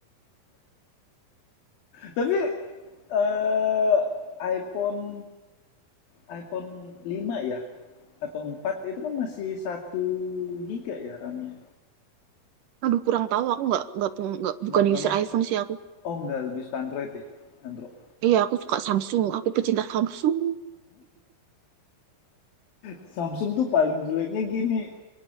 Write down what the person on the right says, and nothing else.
Aduh, kurang tahu. Aku nggak nggak peng- nggak bukan
user
iPhone sih aku.
Iya, aku suka Samsung. Aku pecinta Samsung.